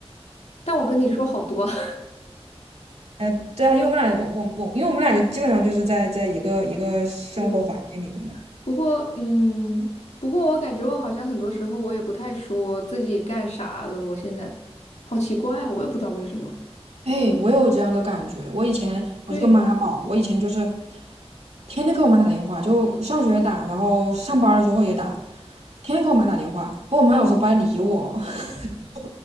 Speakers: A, on the left; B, on the right.
A: 但我跟你说好多。<laughs>
B: 呃，对啊，因为我们俩我我我，因为我们俩就基本上就是在在一个一个生活环境里面嘛。
A: 嗯。不过，嗯，不过我感觉我好像很多时候我也不太说自己干啥了，我现在好奇怪，我也不知道为什么。
B: 哎，我有这样的感觉。我以前我是个妈宝，
A: 对，
B: 我以前就是天天给我妈打电话，就上学打，然后上班了之后也打，天天给我妈打电话。然后我妈有时候不爱理我，<laughs>